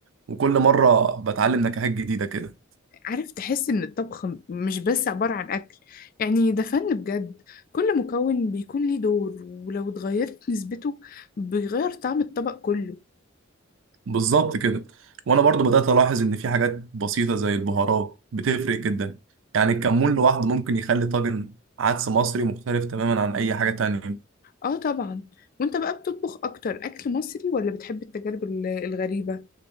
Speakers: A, on the right (about 65°); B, on the left (about 45°).
A: وكل مره بتعلم نكهات جديده كده
B: عارف تحس ان الطبخ م- مش بس عباره عن اكل يعني ده فن بجد كل مكون بيكون ليه دور ولو اتغيرت نسبته بيغير طعم الطبق كله
A: بالظبط كده وانا برضه بدات الاحظ ان في حاجات بسيطه زي البهارات بتفرق جدا يعني الكمون لوحده ممكن يخلي طاجن عدس مصري مختلف تماما عن اي حاجه تانية
B: اه طبعا وانت بقى بتطبخ اكتر اكل مصري ولا بتحب التجارب ال- الغريبه